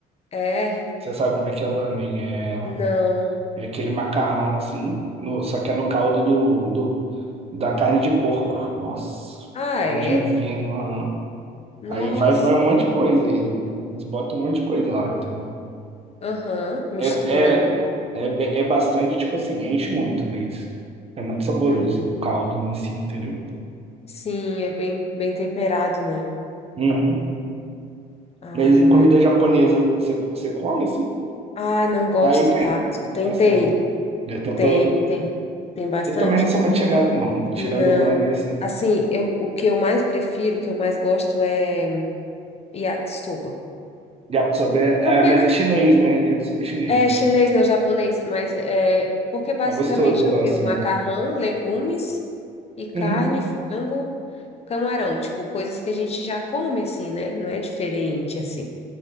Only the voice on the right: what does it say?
Você sabe como é que é lamen? É,
é aquele macarrão, assim. No, só que é no caldo do, do, da carne de porco. Nossa.
É
divino, aham.
Aí vai, vai um monte de coisa. aí, eles botam um monte de coisa lá, entendeu?
É, é,
é, be- é bastante, tipo assim, enche muito, mas é muito saboroso
o caldo em si, entendeu?
Uhum.
Mas e
comida japonesa, você, você come, assim?
Aí tem.
Não
gosto, não. Eu tento...
Eu também não sou muito chegado, não. Tirando
o lamen, assim.
Yakisoba é...
é... Mas
é chinês, né? Yakisoba é chinesa.
É gostoso, eu
gosto,
né?
Uhum.